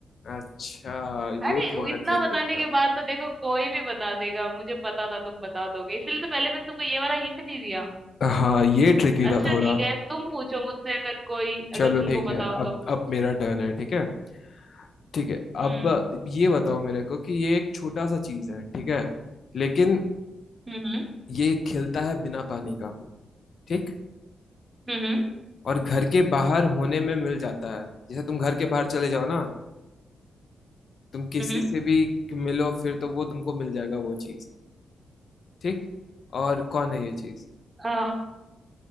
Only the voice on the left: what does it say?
अच्छा
ये थोड़ा
ट्रिकी
था
हाँ ये ट्रिकी था
थोड़ा
चलो
ठीक है
अब
अब मेरा टर्न है ठीक है ठीक है
अब ये बताओ मेरे को कि ये एक छोटा सा चीज है ठीक है लेकिन
ये खिलता है बिना पानी का ठीक
और घर के बाहर होने में मिल जाता है जैसे तुम घर के बाहर चले जाओ ना तुम किसी
से भी मिलो फिर तो वो तुमको मिल जाएगा वो चीज ठीक और कौन है ये चीज